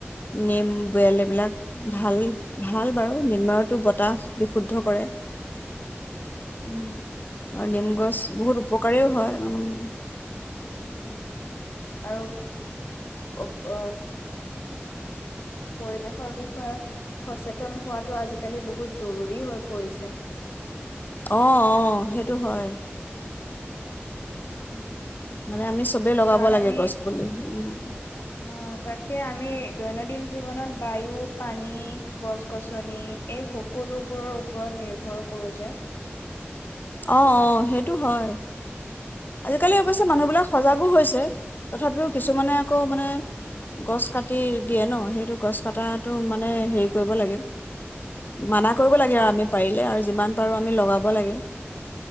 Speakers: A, on the left; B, on the left.
A: নেম বলে এইবিলাক
B: উম,
A: ভাল। ভাল বাৰু নিময়তো বতাহ বিশুদ্ধ কৰে।
B: উম,
A: আৰু নিম গছ বহুত উপকাৰেও হয়। উম,
B: উম, আৰু <unintelligible> পৰিৱেশৰ বিষয়ে সচেতন হোৱাটো আজিকালি বহুত জৰুৰী হৈ পৰিছে।
A: অ', -অ', সেইটো হয়।
B: উম,
A: মানে আমি চবেই লগাব
B: কাৰণ
A: লাগে
B: আমি
A: গছ
B: অ',
A: পুলি উম,
B: তাকে আমি দৈনন্দিন জীৱনত বায়ু পানী গছ-গছনি এই সকলোবোৰৰ ওপৰত নিৰ্ভৰ কৰো যে।
A: অ', -অ', সেইটো হয়। আজিকালি অৱশ্যে মানুহবিলাক সজাগো হৈছে। তথাপিও কিছুমানে আকৌ মানে গছ কাটি দিয়ে ন সেইটো গছ কটাটো মানে, হেৰি কৰিব লাগে মানা কৰিব লাগে আৰু আমি পাৰিলে আৰু যিমান পাৰোঁ আমি লগাব লাগে।